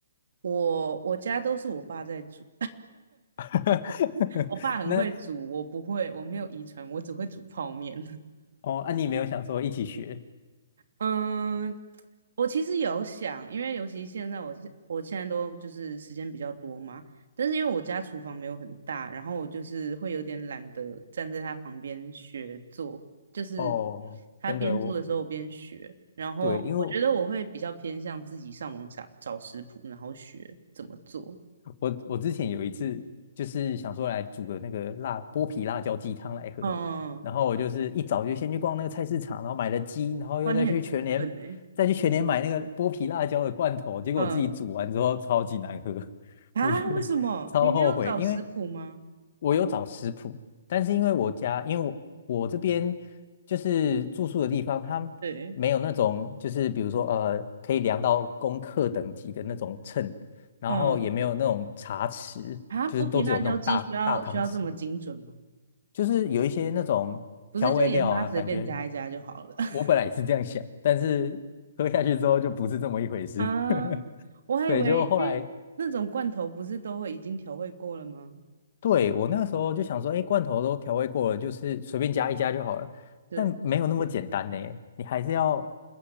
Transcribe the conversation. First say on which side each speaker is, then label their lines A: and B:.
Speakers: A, on the right; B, on the left.
A: 我我家都是我爸在煮，
B: <laughs>
A: <laughs> 我爸很会煮，
B: 那
A: 我不会，我没有遗传，我只会煮泡面。
B: 哦，啊，你没有想说一起学
A: 嗯，我其实有想，因为尤其现在我现我现在都就是时间比较多嘛，但是因为我家厨房没有很大，然后我就是会有点懒得站在他旁边学做，就是
B: 哦？
A: 他边做的时候我边学，
B: 真的，我
A: 然后我觉得我会比较偏向自己上网找找食谱，
B: 对，因为。
A: 然后学怎么做。
B: 我我之前有一次就是想说来煮个那个辣剥皮辣椒鸡汤来喝，
A: 嗯，
B: 然后我就是一早就先去逛那个菜市场，然后买了鸡，然后又再去全联再去全联买那个剥皮辣椒的罐头，
A: 哇，你很勤奋呢。
B: 结果我自己煮完之后超级难喝，
A: 嗯，啊，
B: 我觉得
A: 为什么你没有找食谱吗？
B: <laughs> 超后悔，因为我有找食谱，但是因为我家因为我我这边就是住宿的地方，它没有那种就是比如说呃可以量到公克等级的那种秤。
A: 对，
B: 然后也没有那种茶匙，
A: 嗯，啊，剥皮辣椒鸡需要需要这么精准吗？
B: 就是都只有那种大大汤匙，就是有一些那种调味料啊，
A: 不是，就盐巴随便加一加就好了
B: 感觉
A: <laughs>
B: 我本来也是这样想，但是喝下去之后就不是这么一回事。
A: 啊？
B: <laughs>
A: 我还以为，
B: 对，就后来
A: 因为那种罐头不是都会已经调味过了吗？
B: 对我那个时候就想说，哎，罐头都调味过了，就是随便加一加就好了，
A: 对
B: 但没有那么简单呢，你还是要。